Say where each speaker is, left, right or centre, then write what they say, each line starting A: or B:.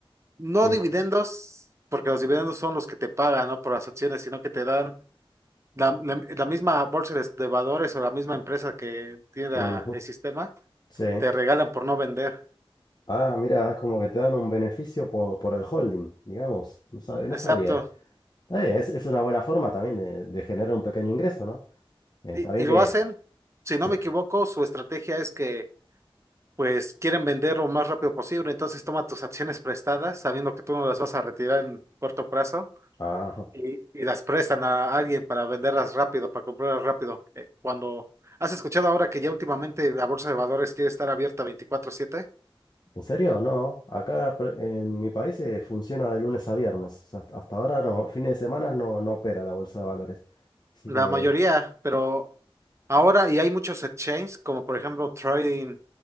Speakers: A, on the right; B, on the left.
A: No
B: Sí.
A: dividendos, porque los dividendos son los que te pagan, ¿no? Por las acciones, sino que te dan la, la- la misma bolsa de, de valores o la misma empresa que tiene la-
B: ujú,
A: el sistema,
B: Sí.
A: te regalan por no vender.
B: Ah, mira, es como que te dan un beneficio por, por el holding, digamos. No sabe- no
A: Exacto.
B: sabía. Eh, es, es una buena forma también de, de generar un pequeño ingreso, ¿no? Eh, está
A: Y,
B: bien
A: y
B: que.
A: lo hacen, si
B: Sí.
A: no me equivoco, su estrategia es que pues quieren vender lo más rápido posible, entonces toma tus acciones prestadas, sabiendo que tú no las vas a retirar en corto plazo,
B: Ajá.
A: y, y las prestan a alguien para venderlas rápido, para comprarlas rápido. Eh, cuando has escuchado ahora que ya últimamente la bolsa de valores quiere estar abierta veinticuatro siete
B: ¿En serio? No. Acá pre- en mi país eh, funciona de lunes a viernes. O sea, hasta hasta ahora, no, fines de semana no, no opera la bolsa de valores. Así
A: la
B: que,
A: mayoría, pero ahora y hay muchos exchanges, como por ejemplo Trading